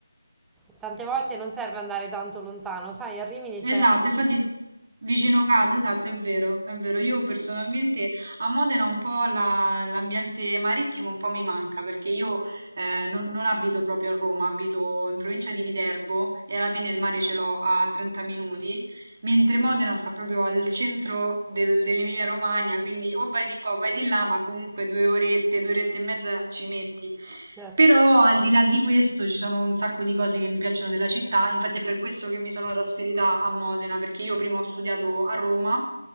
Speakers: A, in the centre; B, on the right.
A: Tante volte non serve andare tanto lontano, sai, a Rimini
B: esatto,
A: c'è...
B: infatti vicino casa, esatto, è vero, è vero. Io personalmente a Modena un po' la- l'ambiente marittimo un po' mi manca perché io eh, non, non abito proprio a Roma, abito in provincia di Viterbo e alla fine il mare ce l'ho a 30 minuti mentre Modena sta proprio al centro del- dell'Emilia-Romagna, quindi o vai di qua o vai di là, ma comunque due orette, due orette e mezza ci metti.
A: Certo.
B: Però al di là di questo ci sono un sacco di cose che mi piacciono della città, infatti è per questo che mi sono trasferita a Modena, perché io prima ho studiato a Roma